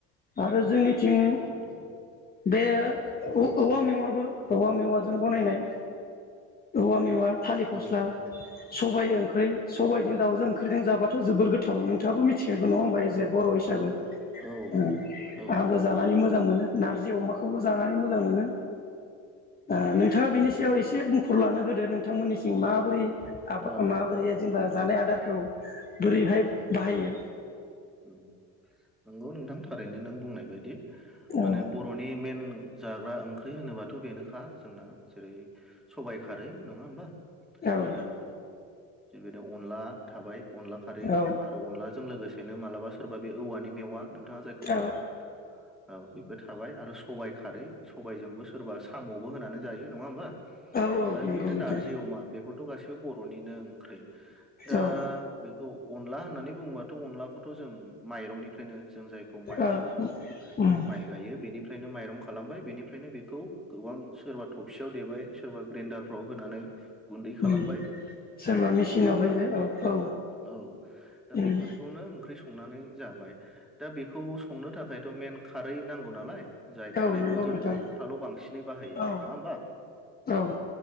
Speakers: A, on the left; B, in the centre.
A: आरो जोंनिथिं
B: नंगौ
A: बे औ औवा मेवाबो औवा मेवाजों बनायनाय औवा मेवा थालिर फस्ला
B: औ नंगौ
A: सबायाइ ओं <unintelligible> सबायजों
B: उम
A: दाउजों ओंख्रिजों जाबाथ' जोबोर गोथाव नों थाङाबो मिथिखायो बो नङा होनबा जे बर' हिसाबै
B: औ औ
A: अ
B: नंगौ औ
A: आंबो
B: नंगौ
A: जानानै
B: नोंथां
A: मोजां मोनो नारजि अमाखौबो जानानै मोजां मोनो। अ नोंथाङा बिनि याव
B: उम
A: एसे बुंफुर लानो होदो नोंथांमोननिसिं मा बोरै आ
B: औ
A: माबोरै
B: नंगौ
A: जेनबा
B: नोंथां
A: जानाय आदारखौ बोरैहाय बाहायो
B: नंगौ नोंथां थारैनो नों बुंनाय बायदि।
A: औ
B: माने बर'नि मेन जाग्रा ओंख्रि होनोबाथ बेनोखा जोंना जेरै सबाइ खारै नङा होमबा?
A: औ
B: आरो बेबायदिनो अनला थाबाय अनला खारै
A: औ
B: आरो अनलाजों लोगोसे बेनो मालाबा सोरबा बे औवानि मेवा नों थाङा जायखौ बुंदों
A: औ
B: औ बेबो थाबाय आरो सबाइ खारै सबायजोंबो सोरबा साम'बो होनानै जायो नङा होमबा?
A: औ औ
B: फ्राय
A: नंगौ
B: बिदिनो
A: नोंथां
B: नारजि अमा बेफोरथ' गासि बे बर'निनो ओं। ओंख्रि दा
A: औ
B: बेखौ अनला होननानै बुङोबाथ अनला थ' जों माइरंनिफ्राय नो जों जायखौ माइ
A: औ
B: सौओ
A: उम
B: माइ गायो बेनिफ्रायनो माइरं खालामबाय बेनिफ्रायनो बेखौ गोबां सोरबा थबसेयाव देबाय सोरबा ग्रेडारफ्राव होनानै गुन्दै खालामबाय
A: उम सोरबा मेचिनाव
B: नङा होमबा?
A: हैबाय औ औ
B: औ दा
A: उम
B: बेफोरखौ नो नानै जाबाय दा बेखौ संनो थाखायथ' मेन खारै नांगौ नालाय जाय खारैखौ
A: औ नंगौ
B: जों
A: नोंथां
B: बर'फ्राल' बांसिनै बाहायो
A: औ
B: नङा होमबा?
A: औ